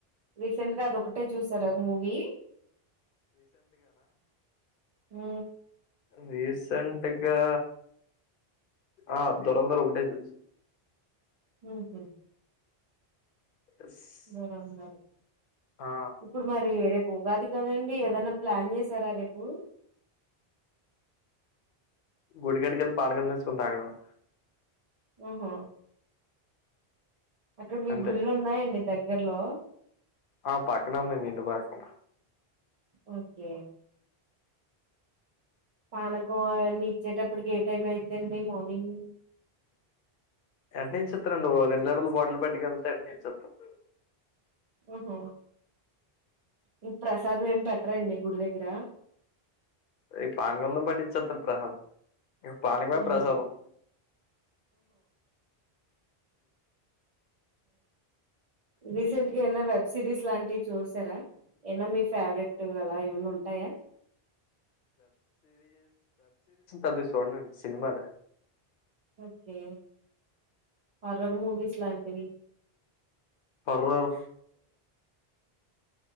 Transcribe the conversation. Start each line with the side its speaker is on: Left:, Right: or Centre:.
Right: రీసెంట్ గా అదొకటే చూసార మూవీ ఉ
Left: రీసెంట్గా ఆ దురంధర్ ఒకటే చూస్
Right: ఉహు
Left: చూసా
Right: దురంధర్
Left: ఆ
Right: ఇప్పుడు మరి రే ఉగాది కదండి ఏదనా ప్లాన్ చేసారా రేపు
Left: గుడి కడుకలు పానకం తెచ్చుకొని తాగడమే
Right: ఓహో అక్కడ మీకు
Left: అంతే
Right: గుళ్ళు ఉన్నాయండి దగ్ గట్లో
Left: ఆ పక్కనే ఉంది ఇంటి పక్కన
Right: ఓకే పానకం అవన్నీ ఇచ్చేటప్పటికి ఏ టైం అయిదండి మార్నింగ్
Left: ఎంటనే ఇచ్చేత్తారు ఓ రెండు లీటర్లు బాటిల్ పట్టుకెళ్తే వెంటనే ఇచ్చేత్తారు
Right: ఓహో ఓ ప్రసాదం ఏమి పెట్టరండి గుడి దగ్ గిరా
Left: ఈ పానకంలో పాటి ఇచ్చేత్తారు ప్రసాదం ఇ పానకమే
Right: ఆహా!
Left: ప్రసాదం
Right: రీసెంట్గా ఏన్న వెబ్ సిరీస్ లాంటివి చూసారా ఏన్న మీ ఫేవరెట్ అలా ఏమన్నా ఉంటాయా
Left: అది చూడనండి సినిమాలే
Right: ఓకే హర్రర్ మూవీస్ లాంటివి
Left: హర్రర్